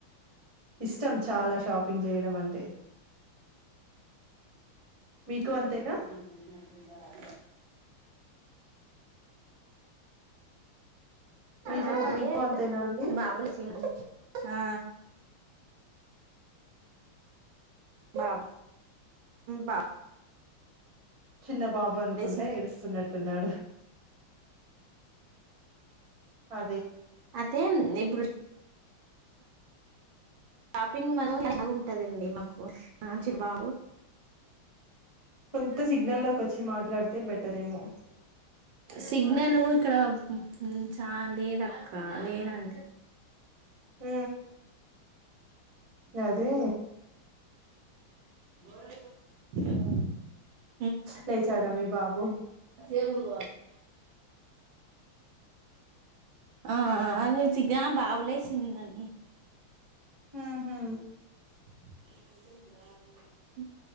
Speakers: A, on the right; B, on the right.
A: ఇష్టం చాలా షాపింగ్ చేయడం అంటే మీకు
B: <unintelligible> ఇంకా
A: అంతేనా?
B: రాలే
A: మీకు
B: చెప్పండి
A: మీకు
B: ఏ
A: అంతేనా అండి?
B: బాబుల సీ <unintelligible> హా పాప్ బాబ్
A: చిన్న బాబు
B: బాబులేసింది
A: అనుకుంట ఏడుస్తున్నట్టున్నాడు ఆ
B: అదే నిబృ షాపింగ్ మనం ఎలా ఉంటదండి మాకు చిన బా
A: కొంత సిగ్నల్ వచ్చి మాట్లాడితే బెటర్ ఏమో
B: సిగ్నల్ ఇక్కడ చ లేద అక్క లేదండి
A: హ అ అది
B: <unintelligible>
A: లేచాడ మీ బాబు
B: ఏ బ ఆ అది రుచగా బావలేసిందని
A: హుహు
B: <unintelligible>